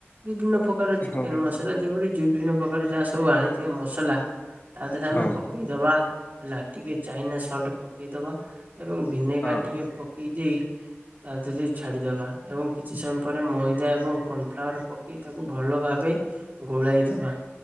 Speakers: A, on the right (about 45°); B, on the left (about 40°).
A: ବିଭିନ୍ନ ପ୍ରକାର ଚିକେନ୍
B: ହଁ।
A: ମସଲା ଯେଭଳି ବିଭିନ୍ନ ପ୍ରକାର ଯାହା ସବୁ ଆଣିଥିବା ମସଲା। ତା ଦେହରେ ଆମେ
B: ହଁ
A: ପକେଇଦବା ହେଲା ଟିକେ ଚାଇନା ସଲ୍ଟ ପକେଇଦବା। ଏବଂ ଭିନେଗାର
B: ହଁ
A: ଟିକେ ପକେଇ ଦେଇ ତା ଦେହରେ ଛାଡ଼ିଦେବା ଏବଂ କିଛି ସମୟ ପରେ ମଇଦା ଏବଂ କର୍ଣ୍ନଫ୍ଲାୱାର ପକାଇ ତାକୁ ଭଲ ଭାବେ ଗୋଳାଇଦବା।